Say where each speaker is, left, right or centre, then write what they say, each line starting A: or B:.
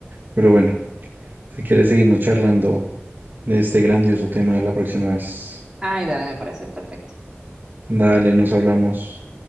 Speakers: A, on the right (about 50°); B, on the right (about 15°).
A: pero bueno, si quieres seguimos charlando de este grandioso tema la próxima vez.
B: Ay, dale, me parece perfecto.
A: Dale, nos hablamos.